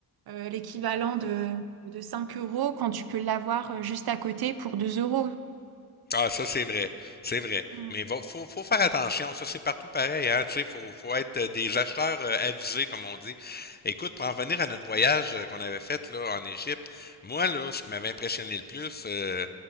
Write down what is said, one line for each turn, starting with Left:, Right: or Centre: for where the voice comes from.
Right: euh, l'équivalent de, de 5 euros quand tu peux l'avoir euh, juste à côté pour 2 euros.
Left: Ah, ça, c'est vrai. C'est vrai.
Right: Mm.
Left: Mais va, faut, faut faire attention. Ça, c'est partout pareil, hein. Tu sais, faut, faut être euh, des acheteurs euh, avisés, comme on dit. Écoute, pour en revenir à notre voyage euh, qu'on avait fait, là, en Égypte, moi, là, ce qui m'avait impressionné le plus, euh,